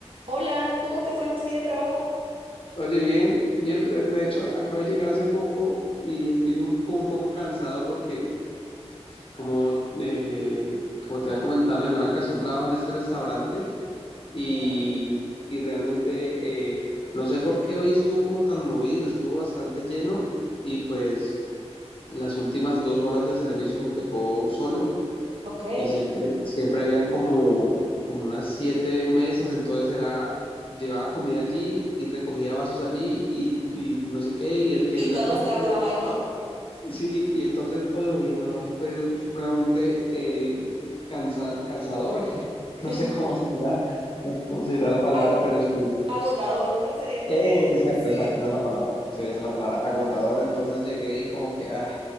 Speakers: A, on the right; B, on the left.
A: Hola, ¿cómo te fue en tu día de trabajo?
B: Oye, bien, bien, re- de hecho acabo de llegar hace poco y estoy un, como un poco cansado porque como, eh, como te había comentado en alguna ocasión, trabajo en este restaurante y,
A: Ok,
B: y realmente eh, no sé por qué hoy estuvo como tan movido, estuvo bastante lleno y pues las últimas dos horas de servicio me tocó solo.
A: ok.
B: Y siempre, siempre habían como, como unas siete mesas, entonces era, llevaba comida allí y recogía vasos allí y, y no sé qué, y el que
A: Y
B: él
A: todas
B: la cuenta.
A: te hablaban, ¿no?
B: y- sí, y entonces, uy, no, eso fue supremamente eh, cansa- cansador. <laughs>
A: <laughs>
B: No sé cómo se dirá, no sé cómo se dirá la palabra,
A: Ag-
B: pero sí.
A: agotador, ¿no? Sería como,
B: Eh, exacto,
A: sí,
B: exacto, esa es la palabra. Sí, esa es la palabra, agotador. Entonces llegué y como que, ah,